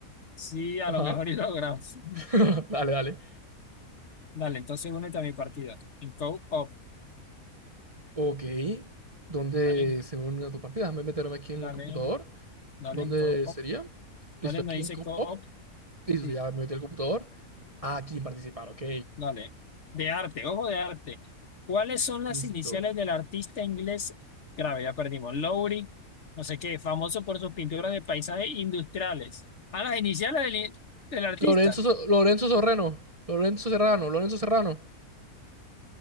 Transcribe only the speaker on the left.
sí, a
lo mejor y logramos. <laughs>
Dale, entonces únete a mi partida. En co-op.
Dale,
dale,
dale
en co-op.
Dale,
me dice
co-op.
Sí.
Dale, de arte, ojo de arte. ¿Cuáles son las
iniciales del artista inglés? Grave, ya perdimos. Lowry, no sé qué, famoso por sus pinturas de paisajes industriales. Ah, las iniciales del, del artista.